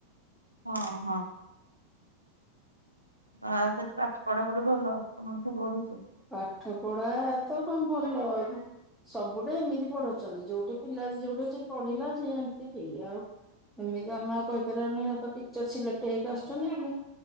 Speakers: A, on the right; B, in the centre.
A: ହଁ ହଁ। ଆ ସେଠି ପାଠ ପଢା ପଢି ଭଲ ତମ ଝିଅ ପଢ଼ୁଚି।
B: ପାଠ ପଢା ତ କଣ ଭଲ ସବୁଠେ ଏମିତି ପଢଉଛନ୍ତି ଯୋଉଠି ପିଲା ଯୋଉଠି ସେ ପଢିଲା ସେ ଏମିତି ଠିକ ଆଉ। ଏମିତି ଆମେ ଆଉ କହିପାରିବାନି ଏ ତ ଟିଚର ସିଲେକ୍ଟ ହେଇକି ଆସୁଛନ୍ତି ପୁଣି।